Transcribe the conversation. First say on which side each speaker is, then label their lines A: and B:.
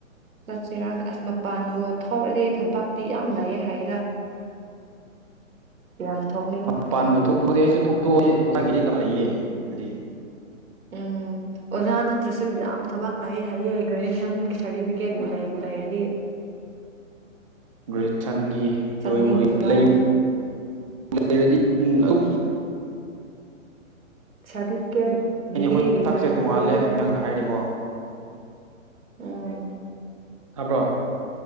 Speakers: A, on the right (about 85°); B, on the right (about 25°).
A: ꯆꯠꯁꯤꯦꯔꯥꯅ ꯑꯁ ꯃꯄꯥꯟꯕꯨꯣ ꯊꯔꯗꯤ ꯊꯕꯇꯤ ꯌꯥꯝ ꯂꯩꯌꯦ ꯍꯥꯏꯗ ꯌꯥꯝ ꯊꯣꯛ
B: ꯃ ꯄꯥꯟꯕ ꯊꯣꯛꯄꯗꯤꯗꯤ ꯑꯩꯁꯨ ꯊꯣꯛ ꯊꯣꯛꯑꯣꯌꯦ ꯑꯣꯖꯥꯒꯤꯗꯤꯇꯪ ꯂꯩꯌꯦ ꯑꯗꯨꯗꯤ
A: ꯎꯝ ꯑꯣꯖꯥ ꯅꯠꯇ꯭ꯔꯁꯨ ꯌꯥꯝ ꯊꯕꯥꯛ ꯀ꯭ꯂꯥꯌꯦ ꯍꯥꯏꯌꯦ ꯒꯔꯦꯖꯨꯌꯦꯁꯟ ꯁꯔꯗꯤꯕꯤꯒꯦꯠꯄꯨ ꯂꯩꯕꯨ ꯂꯩꯔꯗꯤ
B: ꯒ꯭ꯔꯦꯁꯟꯒꯤ
A: ꯆꯠꯅꯤꯡꯗꯕ
B: ꯂꯣꯏꯕꯨ ꯂꯩ
A: ꯑꯗꯨ
B: ꯎ ꯂꯩꯔꯗꯤ ꯎ
A: ꯁꯔꯗꯤꯐꯤꯀꯦꯠ ꯕꯤ
B: ꯑꯩꯈꯣꯏ
A: ꯑꯦ ꯒꯤ
B: ꯁꯛꯁꯦ
A: ꯁꯔꯗꯤꯐꯤꯀꯦꯠꯇꯣ
B: ꯇꯣꯡꯉꯥꯜꯂꯦ ꯅꯪꯅ ꯍꯥꯏꯔꯗꯤꯀꯣ
A: ꯎꯝ
B: ꯇꯥꯕ꯭ꯔꯣ